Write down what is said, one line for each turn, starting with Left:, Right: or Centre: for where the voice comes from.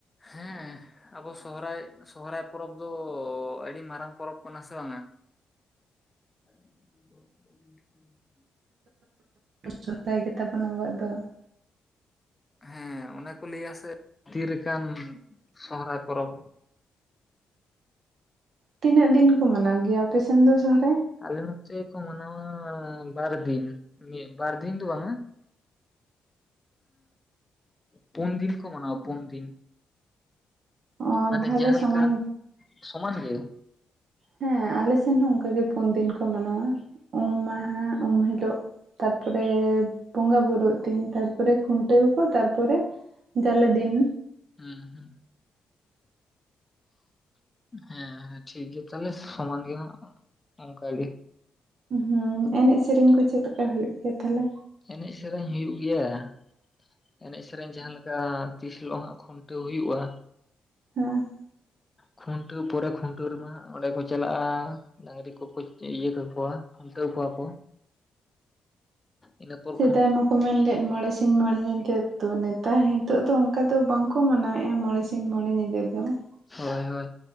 Left: ᱦᱮᱸᱼᱼ ᱟᱵᱚ ᱥᱚᱦᱚᱨᱟᱭ ᱥᱚᱦᱚᱨᱟᱭ ᱯᱚᱨᱚᱵᱽ ᱫᱚ ᱟᱹᱰᱤ ᱢᱟᱨᱟᱝ ᱯᱚᱨᱚᱵᱽ ᱠᱟᱱᱟ ᱥᱮ ᱵᱟᱝᱟ᱾ <unintelligible>
Right: ᱥᱚᱦᱚᱨᱟᱭ ᱜᱮᱛᱟ ᱵᱚᱱᱟ ᱟᱵᱚᱣᱟᱜ ᱫᱚ᱾ <inaudible>
Left: ᱦᱮᱸ ᱚᱱᱮ ᱠᱚ ᱞᱟᱹᱭᱟ ᱥᱮ ᱛᱤᱨᱮᱠᱟᱱ ᱥᱚᱦᱚᱨᱟᱭ ᱯᱚᱨᱚᱵᱽ᱾
Right: ᱛᱤᱱᱟᱹᱜ ᱫᱤᱱ ᱠᱚ ᱢᱟᱱᱟᱣ ᱜᱮᱭᱟ ᱟᱯᱮ ᱥᱮᱱ ᱫᱚ ᱥᱚᱦᱚᱨᱟᱭ᱾
Left: ᱟᱞᱮ ᱱᱚᱛᱮ ᱠᱚ ᱢᱟᱱᱟᱣᱟ ᱵᱟᱨ ᱫᱤᱱ, ᱵᱟᱨ ᱫᱤᱱ ᱫᱚ ᱵᱟᱝᱼᱟ ᱯᱳᱱ ᱫᱤᱱ ᱠᱚ ᱢᱟᱱᱟᱣᱟ ᱯᱳᱱ ᱫᱤᱱ᱾
Right: ᱚ
Left: ᱢᱟᱱᱮ
Right: ᱛᱟᱦᱚᱞᱮ
Left: ᱡᱟᱦᱟᱸ
Right: ᱥᱚᱢᱟᱱ
Left: ᱞᱮᱠᱟ ᱥᱚᱢᱟᱱ ᱜᱮ᱾
Right: ᱦᱮᱸ, ᱟᱞᱮ ᱥᱮᱱ ᱦᱚᱸ ᱚᱝᱠᱟ ᱜᱮ ᱯᱳᱱ ᱫᱤᱱ ᱠᱚ ᱢᱟᱱᱟᱣᱟ ᱩᱢ ᱢᱟᱦᱟ, ᱩᱢ ᱦᱤᱞᱳᱜ ᱛᱟᱨᱯᱚᱨᱮ ᱵᱚᱸᱜᱟ ᱵᱩᱨᱩᱜ ᱫᱤᱱ, ᱛᱟᱨᱯᱚᱨᱮ ᱠᱷᱩᱱᱴᱟᱹᱣ ᱠᱚ ᱛᱟᱨ ᱯᱚᱨᱮ ᱡᱟᱞᱮ ᱫᱤᱱ᱾
Left: ᱦᱩᱸ ᱦᱩᱸ, ᱦᱮᱸ ᱦᱮᱸ ᱴᱷᱤᱠ ᱜᱮ ᱛᱟᱦᱚᱞᱮ ᱥᱚᱢᱟᱱ ᱜᱮ ᱦᱟᱸᱜ ᱚᱝᱠᱟ ᱜᱮ᱾
Right: ᱦᱩᱸ ᱮᱱᱮᱡ ᱥᱮᱨᱮᱧ ᱠᱚ ᱪᱮᱫ ᱞᱮᱠᱟ ᱦᱳᱭᱳᱜ ᱜᱮᱭᱟ ᱛᱟᱦᱚᱞᱮ᱾
Left: ᱮᱱᱮᱡ ᱥᱮᱨᱮᱧ ᱦᱩᱭᱩᱜ ᱜᱮᱭᱟ ᱾ ᱮᱱᱮᱡ ᱥᱮᱨᱮᱧ ᱡᱟᱦᱟᱸ ᱞᱮᱠᱟ ᱛᱤᱥ ᱦᱤᱞᱳᱜ ᱦᱟᱸᱜ ᱠᱷᱩᱱᱴᱟᱹᱣ ᱦᱩᱭᱩᱜᱼᱟ᱾
Right: ᱦᱩᱸ,
Left: ᱠᱷᱩᱱᱴᱟᱹᱣ ᱯᱚᱨᱮ ᱠᱷᱩᱱᱴᱟᱹᱣ ᱨᱮᱢᱟ ᱚᱸᱰᱮ ᱠᱚ ᱪᱟᱞᱟᱜᱼᱟ ᱾ ᱰᱟᱝᱨᱤ ᱠᱚ ᱠᱚ ᱤᱭᱟᱹ ᱠᱟᱠᱚᱣᱟ ᱠᱷᱩᱱᱴᱟᱹᱣ ᱠᱚᱣᱟ ᱠᱚ᱾ ᱤᱱᱟᱹ ᱯᱚᱨ
Right: ᱥᱮᱫᱟᱭ
Left: ᱠᱷᱩᱱ
Right: ᱢᱟᱠᱚ ᱢᱮᱱ ᱞᱮᱫ ᱢᱚᱬᱮ ᱥᱤᱧ ᱢᱚᱬᱮ ᱧᱤᱫᱟᱹ ᱛᱚ ᱱᱮᱛᱟᱨ ᱦᱤᱛᱳᱜ ᱫᱚ ᱚᱝᱠᱟ ᱫᱚ ᱵᱟᱝᱠᱚ ᱢᱟᱱᱟᱣᱮᱜᱼᱟ, ᱢᱚᱬᱮ ᱥᱤᱧ ᱢᱚᱬᱮ ᱧᱤᱫᱟᱹ ᱫᱚ ᱾
Left: ᱦᱚᱭ ᱦᱚᱭ,